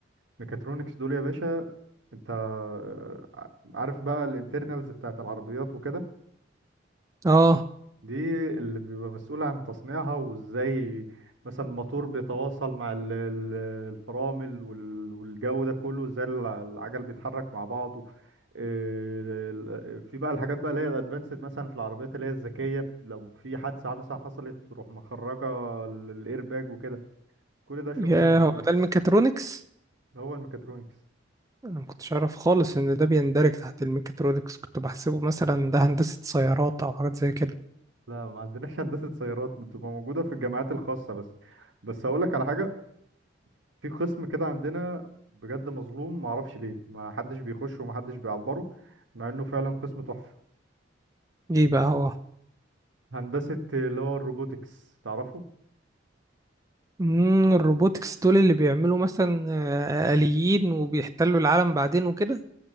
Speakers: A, on the right (about 80°); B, on the right (about 20°).
A: ميكاترونكس دول يا باشا انت ع- عارف بقى الانترنالز بتاعت العربيات وكده
B: اه
A: دي اللي بيبقى مسؤول عن تصنيعها وازاي مثلا الموتور بيتواصل مع ال- ال- الفرامل وال- والجو ده كله ازاي الع- العجل بيتحرك مع بعضه اه، ال- ال- في بقى الحاجات بقى اللي هي الادفانسد مثلا في العربيات اللي هي الذكيه لو في حادثه مثلا حصلت تروح مخرجه الايرباج وكده كل ده شغل
B: يا
A: ميكاترونكس
B: هو ده الميكاترونكس
A: هو الميكاترونكس
B: انا ما كنتش اعرف خالص ان ده بيندرج تحت الميكاترونكس كنت بحسبه مثلا ده هندسة سيارات او حاجات زي كده
A: لا ما عندناش هندسة سيارات بتبقى موجودة في الجامعات الخاصة بس بس أقول لك على حاجة في قسم كده عندنا بجد مظلوم ما اعرفش ليه ما حدش بيخشه وما حدش بيعبره مع إنه فعلا قسم تحفة
B: ايه بقى هو
A: هندسة اللي هو الروبوتكس تعرفه
B: امم الروبوتكس دول اللي بيعملوا مثلا آه، آليين وبيحتلوا العالم بعدين وكده